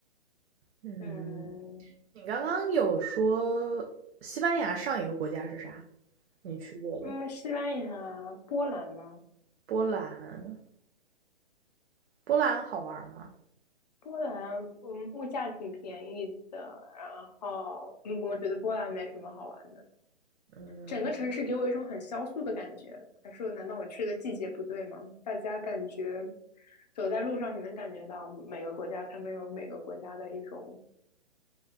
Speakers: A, on the right; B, on the left.
A: 嗯，
B: 嗯
A: 你刚刚有说西班牙上一个国家是啥？你去过的？
B: 嗯，西班牙、波兰吗？
A: 波兰，波兰好玩吗？
B: 波兰，嗯，物价挺便宜的。然后，嗯，我觉得波兰没什么好玩的。
A: 嗯，
B: 整个城市给我一种很萧瑟的感觉。还说，难道我去的季节不对吗？大家感觉走在路上，你能感觉到每个国家他们有每个国家的一种